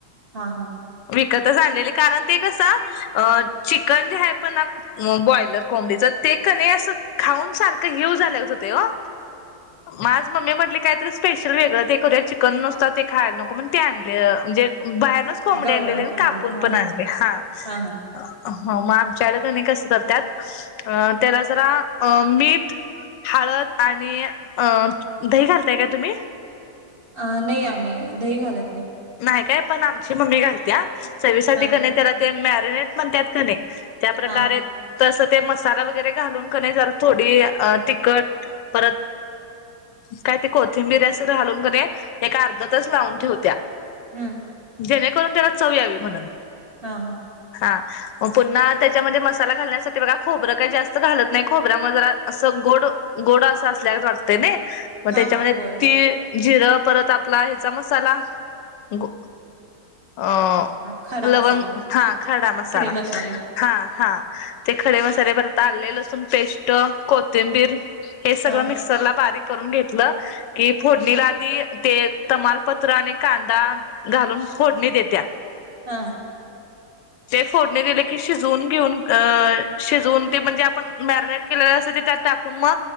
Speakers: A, on the right (about 35°); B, on the left (about 80°).
A: हा हा
B: विकतच आणलेली कारण ते कसं अ चिकन जे आहे पण न मग ब्रॉईलर कोंबडीच ते क नाही असं खाऊन सारखं घ्यव झालं होतं ओ. माझ मम्मी म्हटली काय तरी स्पेशल वेगळं ते करूया चिकन नुसत ते खायला नको म्हणून ते आणलं म्हणजे बाहेर कोंबडी
A: गावरान
B: आणलेले आणि
A: कोंबडी
B: कापून
A: हा
B: पण आणली, हा
A: हा हा
B: हा मग आमच्याकडे का नाही कसं करत्यात अ त्याला जरा अ मीठ हळद आणि अ दही घालताय काय तुम्ही?
A: अ नाही आम्ही दही घालत नाही.
B: नाही काय, पण आमची मामी घालत्या चवी साठी
A: हा
B: का नाही तेला ते मॅरिनेट म्हणत्यात का नाही त्या प्रकारे
A: हा
B: तसं ते मसाला वगैरे घालून का नाही त्याला थोडी तिखट परत काय ते कोथिंबीर असं घालून का नाही एक अर्धा तास लावून ठेवत्या.
A: हम्म
B: जेणेकरून त्याला चव यावी म्हणून.
A: हा हा
B: हा मग पुन्हा त्याच्यामध्ये मसाला घालण्यासाठी बघा खोबरं काही जास्त घालत नाही, खोबऱ्यामुळे जरा असं गोड गोड असं असल्यावर वाटतंय नई? म
A: हा
B: त्याच्यामध्ये
A: हा होय
B: तीळ, जिरं परत आपला ह्याचा मसाला - गो अ
A: खडा मसाला,
B: लवंग, हां खडा मसाला.
A: खडे मसाले
B: हां. हां. ते खडे मसाले. परत आले, लसूण पेस्ट. कोथिंबीर- हे सगळ
A: हां,
B: मिक्सर ला बारीक - करून घेतलं की, फोडणीला आधी ते तमालपत्र आणि कां- -दा घालून फोडणी देत्या.
A: हां.
B: ते फोडणी दिले की शिजवून घेऊन, अ शिजवून ते म्हणजे आपण मॅरिनेट केलेलं असेल ते त्यात- टाकून म